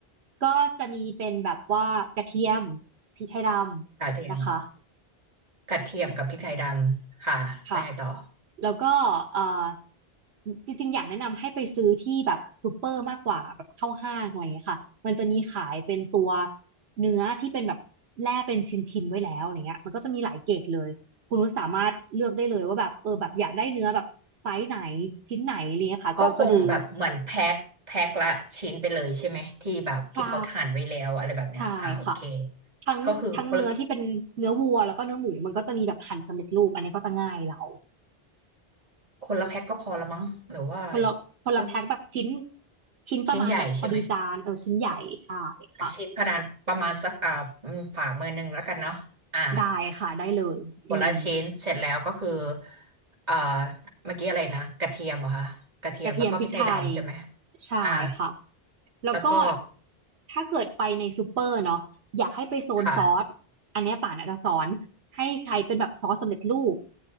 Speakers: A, on the right (about 80°); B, on the right (about 40°).
A: ก็จะมีเป็นแบบว่ากระเทียมพริกไทยดำนะคะ
B: กระเทียมกระเทียมกับพริกไทยดำค่ะแล้วไงต่อ
A: ค่ะแล้วก็เอ่อจริงๆอยากแนะนำให้ไปซื้อที่แบบซูเปอร์มากกว่าแบบเข้าห้างอะไรอย่างเงี้ยค่ะมันจะมีขายเป็นตัวเนื้อที่เป็นแบบแล่เป็นชิ้นๆไว้แล้วอย่างเงี้ยมันก็จะมีหลายเกรดเลยคุณนุชสามารถเลือกได้เลยว่าแบบเออแบบอยากได้เนื้อแบบไซส์ไหนชิ้นไหนอะไรเงี้ยค่ะก็ก็ดู
B: ก็คงแบบเหมือนแพ็คแพ็คละชิ้นไปเลยใช่ไหมที่แบบที่เขาหั่นไว้แล้วอะไรแบบเนี้ยอ่าโอเค
A: ใช่ใช่ค่ะทั้งทั้งเนื้อที่เป็นเนื้อวัวแล้วก็เนื้อหมูมันก็จะมีแบบหั่นสำเร็จรูปอันนี้ก็จะง่ายเรา
B: ก็คือคน คนละแพ็คก็พอละมั้งหรือว่า
A: คนละคนละแพ็คแบบชิ้น
B: คนละ
A: ชิ้นประมาณแบบพอดีจานเออชิ้นใหญ่ใช่ค่ะ
B: ชิ้นใหญ่ใช่ไหมชิ้นพะดานประมาณสักอ่าฝ่ามือหนึ่งแล้วกันเนาะอ่า
A: ได้ค่ะได้เลยอืม
B: คนละชิ้นเสร็จแล้วก็คืออ่าเมื่อกี้อะไรนะกระเทียมเหรอคะกระเทียมแล้วก็พริกไทยดำใช่ไหม
A: กระเทียมพริกไทยใช่ค่ะ
B: อ่า
A: แล้วก็
B: แล้วก็
A: ถ้าเกิดไปในซูเปอร์เนาะอยากให้ไปโซนซอสอันเนี้ยป่านอาจจะสอนให้ใช้เป็นแบบซอสสำเร็จรูป
B: ค่ะ